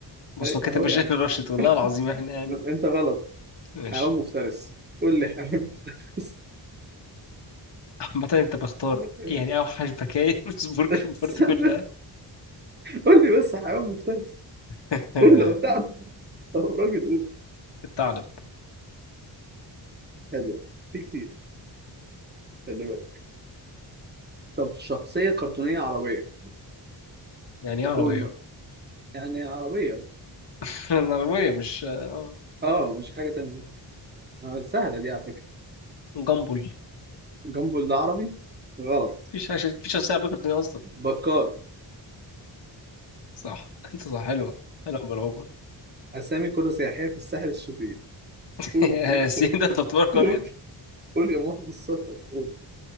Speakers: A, on the left; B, on the right.
A: بص
B: هاي-
A: هو كاتب
B: اهو
A: مشاهير
B: يا عم
A: الراشد والله العظيم احنا
B: <laughs>
A: يعني
B: انت غلط
A: ماشي
B: حيوان مفترس قول لي حيوان مفترس
A: عامة انت بختار
B: <laughs>
A: يعني اوحش بكاية <laughs> في سبورك
B: استنى
A: البورت كلها
B: قول لي بس حيوان مفترس
A: <laughs>
B: قول لي لو تعرف طب راجل قول
A: الثعلب
B: حلو في كتير خلي بالك طب شخصية كرتونية عربية
A: يعني ايه عربية
B: قول ما يعني عربية
A: <laughs> العربية مش آه،
B: اه مش حاجة تانية آه، سهلة دي على فكرة
A: جامبل
B: جنبه العربي غلط
A: مفيش عشان مفيش عشان عربية كرتونية أصلا
B: بكار
A: صح أنت صح حلوة حلوة ملعوبة
B: أسامي كرة سياحية في الساحل الشرير
A: <laughs>
B: قول
A: يا
B: قول
A: سين
B: قول
A: ده تعتبر قرية
B: قول قول يا محب السفر قول